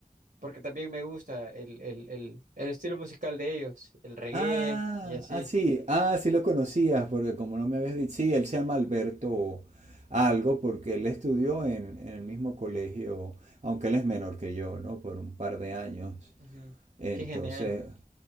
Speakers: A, on the right; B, on the right.
A: porque también me gusta el, el, el, el estilo musical de ellos, el reggae
B: Ah,
A: y así.
B: ah, sí, ah, sí lo conocías, porque como no me habías dicho, sí, él se llama Alberto algo, porque él estudió en, en el mismo colegio, aunque él es menor que yo, ¿no? Por un par de años.
A: Ujú.
B: Entonces,
A: Qué genial.